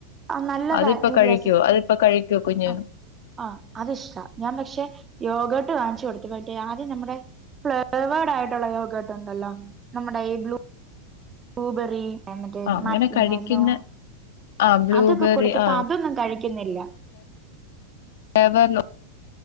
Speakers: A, on the right; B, on the left.
A: ആഹ് നല്ല
B: അതിപ്പോ
A: ബാക്ടീരിയസ്
B: കഴിക്കുവോ അതിപ്പോ കഴിക്കുവോ കുഞ്ഞ്
A: ആഹ് ആഈ അത് ഇഷ്ടാ ഞാൻ പക്ഷെ യോഗോട്ട് കാാങ്ങിച്ചു കൊടുത്ത പോട്ടേ ആദ്യം നമ്മുടെ ഫ്ലേവേഡ് ആയിട്ടുള്ള യക്കായിട്ടുണ്ടല്ലോ നമ്മുടെ ഈ ബ്ലൂ പൂബെറി എന്നറ്റേ
B: ആഹ് അങ്ങനെ
A: മട്ട എന്നന്തായിന്നോ
B: കഴിക്കുന്ന ആഹ് ബ്ലൂബെറി
A: അതൊക്കെ കൊടുത്തപ്പോ
B: ആഹ്
A: അതൊന്നും കഴിക്കുന്നില്ല
B: എവർ